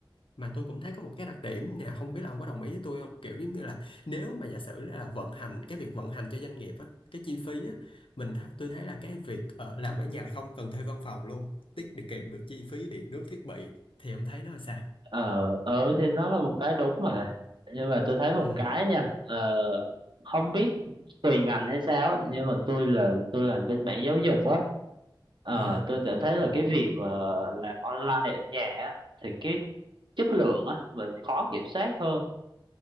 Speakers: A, on the left; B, on the right.
A: mà tôi cũng thấy có một cái đặc điểm nè không biết là ông có đồng ý với tôi không kiểu giống như là nếu mà giả sử là vận hành cái việc vận hành cho doanh nghiệp á cái chi phí á mình th- tôi thấy là cái việc ờ, làm ở nhà là không cần thuê văn phòng luôn tiết đi kiệm được chi phí điện nước thiết bị thì ông thấy nó là sao
B: ờ ờ, thì nó là một cái đúng mà nhưng mà tôi thấy một
A: ừ,
B: cái nha ờ, không biết tùy ngành hay sao á, nhưng mà tôi là tôi làm bên mảng giáo dục á ờ,
A: ừ,
B: tôi cảm thấy là cái việc mà làm online ở nhà á thì cái chất lượng á mình khó kiểm soát hơn